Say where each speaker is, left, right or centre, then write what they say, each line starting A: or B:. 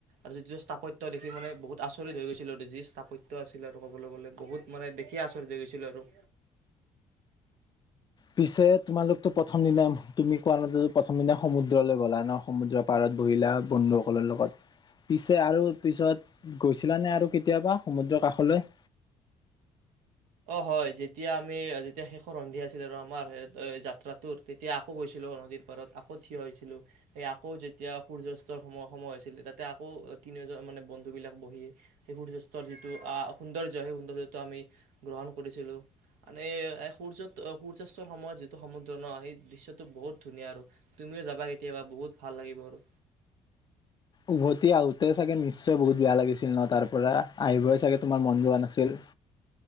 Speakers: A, on the right; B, on the left.
A: আৰু যিটো স্থাপত্য দেখি মানে বহুত আচৰিত হৈ গৈছিলো আৰু যি স্থাপত্য আছিল আৰু ক'বলৈ গলে বহুত মানে দেখি আচৰিত হৈ গৈছিলো আৰু।
B: পিছে তোমালোকতটো প্ৰথম দিনা তুমি কোৱা মতেটো প্ৰথম দিনা সমুদ্ৰলৈ গলা ন? সমুদ্ৰৰ পাৰত বহিলা বন্ধুসকলৰ লগত, পিছে আৰু পিছত গৈছিলানে আৰু কেতিয়াবা সমুদ্ৰৰ কাষলৈ?
A: হয় যেতিয়া আমি, যেতিয়া শেষৰ সন্ধি আছিলে আৰু আমাৰ যাত্ৰাটোৰ, তেতিয়া আকৌ গৈছিলো নদীৰ পাৰত আকৌ থিয় হৈছিলো। সেই আকৌ যেতিয়া সূৰ্যাস্তৰ সময় সময় হৈছিলে তাতে আকৌ তিনিওজন মানে বন্ধু বিলাক বহি সেই সূৰ্যয়াস্তৰ যিটো সৌন্দৰ্য্য সেই সৌন্দৰ্যটো আমি গ্ৰহণ কৰিছিলো। মানে সূৰ্য-সূৰ্যাস্তৰ সময়ত যিটো সমুদ্ৰ ন? সেই দিশয় বহুত ধুনীয়া আৰু তুমিও যাবা কেতিয়াবা বহুত ভাল লাগিব আৰু।
B: উভতি আহোঁতে চাগে নিশ্চয় বহুত বেয়া লাগিছিল ন তাৰ পৰা? আহিবই চাগে তোমাৰ মন যোৱা নাছিল।